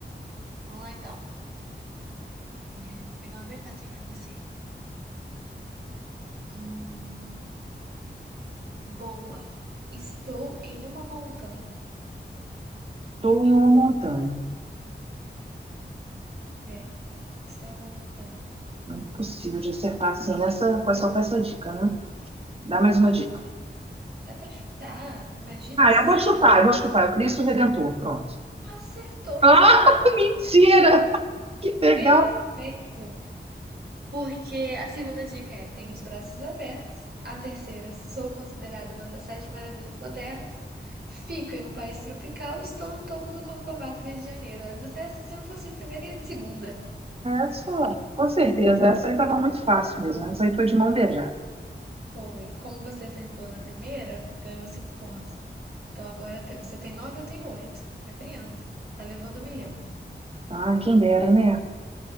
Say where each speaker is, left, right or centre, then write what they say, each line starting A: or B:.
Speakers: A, on the right; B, on the right.
A: Vamos lá então. É, vou pegar uma bem facinho pra você. Hum, boa. Estou em uma montanha.
B: estou em uma montanha.
A: É, estou em uma montanha.
B: Não é possível de acertar assim nessa, com- só com essa dica, né? Dá mais uma dica.
A: Ah, dá pra chutar. Imagina
B: Ah,
A: assim.
B: eu vou chutar, eu vou chutar. É o Cristo Redentor, pronto.
A: Acertou.
B: Ah, <laughs> mentira! Que legal!
A: Perfeito. Porque a segunda dica é: tenho os braços abertos. A terceira, sou considerada uma das sete maravilhas modernas. Fico em um país tropical. Estou no topo do Corcovado, Rio de Janeiro. Você, se não fosse de primeira, ia de segunda.
B: Essa, com certeza, essa aí estava muito fácil mesmo. né? Essa aí foi de mão beijada.
A: Bom, e como você acertou na primeira, ganhou cinco pontos. Então agora tem- você tem nove, eu tenho oito. Tá ganhando. Tá levando um milhão.
B: Ah, quem dera, né?